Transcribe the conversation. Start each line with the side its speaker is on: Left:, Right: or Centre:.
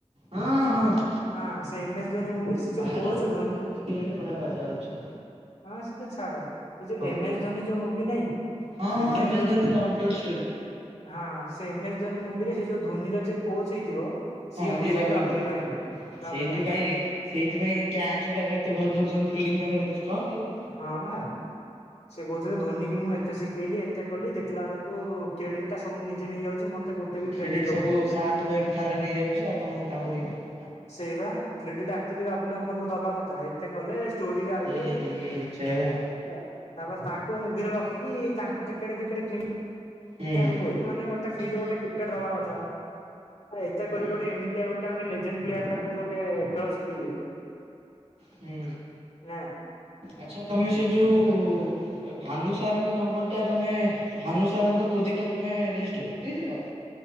Right: ହଁ ହଁ।
Left: ହଁ ସେ ଏମ ଏସ୍ ଧ୍ୱନି ମୁଭି ରେ ସେ ଯୋଉ
Right: ବାହାଘର
Left: କୋଚ
Right: କୋଉଠି
Left: ଧୋନି
Right: ଗୋଟେ ହଉଛି କେଜାଣି ବଢ଼ିଆ ବାଜା ଆଉଚି।
Left: ହଁ ସିଏ ଛାଡ। ଏଇ ଯୋଉ ଏମ
Right: କୁହ
Left: ଏସ୍ ଧୋନୀ ଯୋଉ ମୁଭି ନହିଁ କି
Right: ହଁ ହଁ
Left: M S Dhoni.
Right: Dhoni the untold story
Left: ହଁ ସେ ଏମ ଏସ୍ ଧୋନି ମୁଭିରେ ସେ ଯୋଉ ଧୋନିର ଯିଏ କୋଚ ହେଇଥିବ।
Right: ହଁ ସିଏ
Left: ହଉଛନ୍ତି
Right: ବାବୁଲି ଅଙ୍କଲ
Left: ଭାଇନା ବାବୁଲି
Right: ସେଇଥି
Left: ଅଙ୍କଲ
Right: ପାଇଁ। ସେଇଥି ପାଇଁ କ୍ୟାଚ ଗୁଡାକ ଏତେ ଭଲ ଧରୁଉଛନ୍ତି ଫିଲ୍ଡିଙ୍ଗ ତାଙ୍କର ଏତେ ଷ୍ଟ୍ରଙ୍ଗ ଆଉ।
Left: ହଁ ବା। ସେ କହୁଥିଲେ ଧୋନୀ କି ମୁଁ ଏତେ ଶିଖେଇଲି ଏତେ କଲି ଦେଖିଲା ବେଳକୁ କ୍ରେଡିଟ ଟା ସବୁ ନିଜେ ନେଇଯାଉଛି। ମତେ ଗୋଟେ ବି
Right: କ୍ରେଡିଟ ସବୁ
Left: ଦଉନି।
Right: ସାତ କହିକି ଥାଲା ନେଇଯାଉଛି ଆଉ ତମୁକୁ ତାଙ୍କୁ ଦେଇ ପାରୁନି।
Left: ସେଇ ବା କ୍ରେଡିଟ ଆକୁଚଲି ବାବୁଲି ଅଙ୍କଲ କୁ ଦବା କଥା ଏତେ କଲେ। ଷ୍ଟୋରିରେ ଆଇଲେ
Right: ହୁଁ ହୁଁ ସେୟା ବା।
Left: ହେଲା ତାପରେ ତାଙ୍କ ମୁଭିରେ ରଖିକି ତାଙ୍କୁ ଟିକେଟେ ଫିକେଟେ କିଣି
Right: ହୁଁ
Left: ଆକୁ
Right: ହୁଁ
Left: ପଇଲା ତାଙ୍କୁ ମାନେ ଗୋଟା ଫ୍ରି
Right: ହୁଁ
Left: ରେ ଗୋଟା ଟି ଟିକେଟ ଦବା କଥା ଆଉ ଏତେ କରି
Right: ହୁଁ।
Left: ଗୋଟେ ଏମିତିଆ ଗୋଟେ। ତା ମାନେ ଲେଜେଣ୍ଡ ପ୍ଲେୟାର ଟାକୁ ଗୋଟେ ଖେଳ ଶିଖେଇଲେ।
Right: ହୁଁ
Left: ନା
Right: ଆଛା ତମେ ସେଇ ଯୋଉ। ଭାନୁ ସାରଙ୍କର ନମ୍ବର ଟା ତମେ ଭାନୁ ସାରଙ୍କ ପ୍ରୋଜେକ୍ଟ ଟା ତମେ ରେଜିଷ୍ଟର କରିଦେଇଥିଲ। ହ